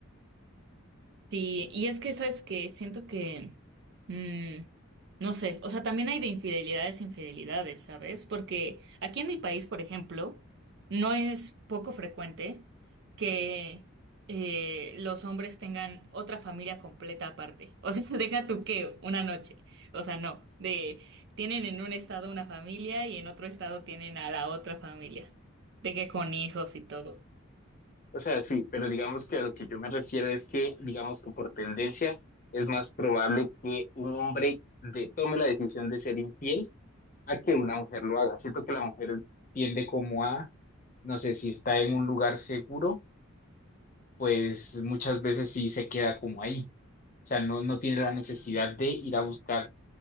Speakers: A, on the right; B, on the left.
A: Sí, y es que, ¿sabes que Siento que, mm, no sé, o sea, también hay de infidelidades, infidelidades, ¿sabes? Porque aquí en mi país, por ejemplo, no es poco frecuente que eh, los hombres tengan otra familia completa aparte. O sea, <laughs> deja tú que una noche. O sea, no, de tienen en un estado una familia y en otro estado tienen a la otra familia, de que con hijos y todo.
B: O sea, sí, pero digamos que a lo que yo me refiero es que, digamos que por tendencia es más probable que un hombre de- tome la decisión de ser infiel a que una mujer lo haga. Siento que la mujer tiende como a, no sé, si está en un lugar seguro, pues muchas veces sí se queda como ahí. O sea, no, no tiene la necesidad de ir a buscar